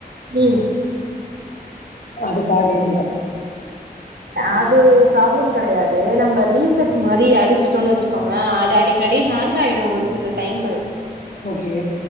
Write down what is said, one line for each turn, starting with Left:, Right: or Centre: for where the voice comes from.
Right: உம்
Left: அதுக்கா கேக்குற
Right: அது ப்ராப்ளம் கிடையாது நம்ம ரீசெட் மாரி அடிச்சட்டோனு வச் கொங்கல அது அடிக்கடி ஹேங்க் ஆயிடு ஒரு சில டைமு
Left: ஓகே